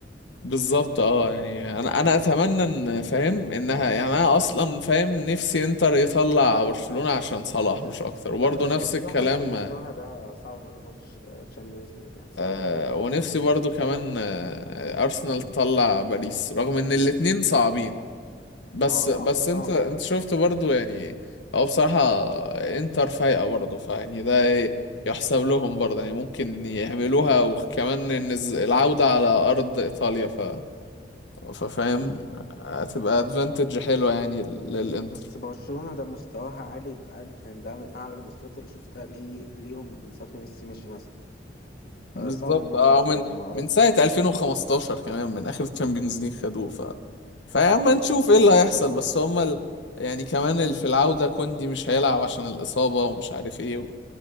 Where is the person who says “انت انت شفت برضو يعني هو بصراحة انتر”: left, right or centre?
Left